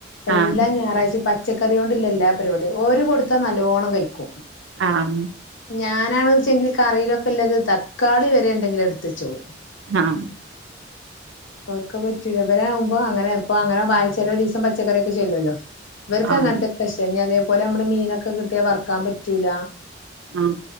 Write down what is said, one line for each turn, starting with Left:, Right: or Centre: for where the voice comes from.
Left: എല്ലാ
Right: ആഹ്
Left: ഞായറാഴ്ച്ചിം പച്ചക്കറ്യോണ്ടില്ലെ എല്ലാ പരിപാടി ഓര് കൊടുത്താ നല്ലോണം കഴിക്കും
Right: ആഹ
Left: ഞാനാണച്ചെങ്കി കറിയിലൊക്കെല്ലത് തക്കാളി വരെ ണ്ടെങ്കിലെട്ത്തെച്ചോളും
Right: ആഹ
Left: അവർക്ക് അഹ് പറ്റൂല വരാവുമ്പം അങ്ങനെ ഇപ്പ അങ്ങനെ വായിച്ചലൊരീസം പച്ചക്കറ്യോക്കെ ചെല്ലല്ലോ ഇവര്ക്ക്
Right: ആഹ്
Left: അങ്ങൻത്തൊകെ ഇഷ്ട ഇനി അതെ പൊലെ പൊലമ്മള് മീനൊക്കെ കിട്ട്യാ വർക്കാൻ പറ്റു റ്റൂല
Right: ആ